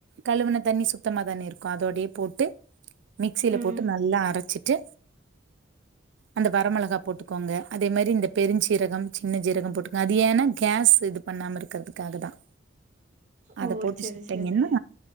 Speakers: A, on the right; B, on the right.
A: கழுவன தண்ணி சுத்தமா தானே இருக்கும் அதோடயே போட்டு மிக்சில
B: ம்
A: போட்டு நல்லா அரைச்சிட்டு அந்த வரமொளகா போட்டுக்கோங்க அதே மாரி இந்த பெருஞ்சீரகம் சின்ன சீரகம் போட்டுக்கோங்க அது ஏன்னா கேஸ் இது பண்ணாம இருக்கிறதுக்காக தான் அத
B: ஓ
A: போட்டு
B: செரி
A: சுட்டீங்கன்னா
B: செரி